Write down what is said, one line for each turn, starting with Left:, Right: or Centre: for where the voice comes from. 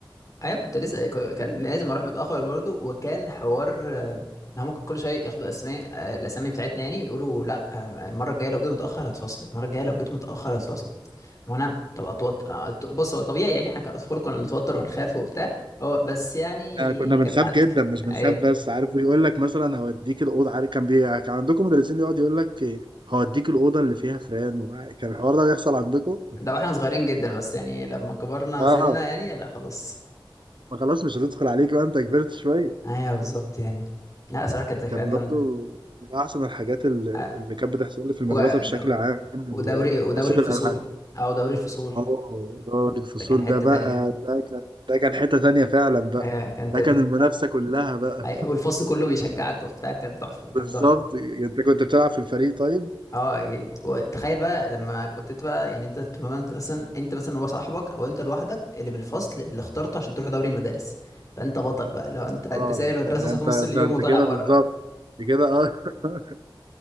Left: ايوه كنت لسه ك- كان لازم اروح متاخر برضو وكان حوار آه، ان هم كل شويه ياخدوا اسماء آه، الاسامي بتاعتنا يعني ويقولوا لا آه، المره الجايه لو جيت متاخر هتفصل المره الجايه لو جيت متاخر هتفصل وانا طب اتوتر آه، أت- بص هو طبيعي يعني احنا كاطفال كنا بنتوتر ونخاف وبتاع هو بس يعني
Right: احنا كنا بنخاف
Left: كانت بتعدي
Right: جدا مش بنخاف
Left: ايوه
Right: بس عارف ويقول لك مثلا هوديك الأوضة عارف كان بي... كان عندكم مدرسين يقعد يقول لك إيه، هوديك الأوضة اللي فيها فران وكان الحوار ده بيحصل عندكم
Left: ده واحنا صغيرين جدا بس يعني لما كبرنا
Right: اه
Left: زلنا يعني لا خلاص
Right: ما خلاص مش هتدخل عليك بقى أنت كبرت شوية
Left: ايوه بالظبط يعني لا صراحه كانت ذكريات
Right: كان
Left: جامده
Right: برضو من أحسن الحاجات اللي
Left: آه،
Right: اللي كانت بتحصل لي في المدرسة
Left: و-
Right: بشكل عام ال-
Left: ودوري ودوري
Right: حصة
Left: الفصول
Right: الألعاب
Left: او دوري الفصول
Right: اه دوري الفصول
Left: ده كان حته
Right: ده بقى
Left: تانية
Right: ده كان ده كان حتة تانية فعلا بقى
Left: ايوه كانت
Right: ده كان المنافسة كلها بقى
Left: أي- والفصل كله بيشجعك وبتاع كان تحفه
Right: بالظبط
Left: كان تحفه
Right: أنت كنت بتلعب في الفريق طيب؟
Left: اه اكيد وتخيل بقى لما كنت انت بقى يعني انت تبقى انت مثلا انت مثلا هو صاحبك او انت لوحدك اللي من الفصل اللي اخترته عشان تروح دوري المدارس فانت بطل بقى لو انت انت
Right: اه
Left: سايب المدرسه
Right: لا
Left: أصلاً
Right: أنت
Left: في نص اليوم
Right: ده أنت
Left: وطالع
Right: كده
Left: بره
Right: بالظبط أنت كده اه <laughs>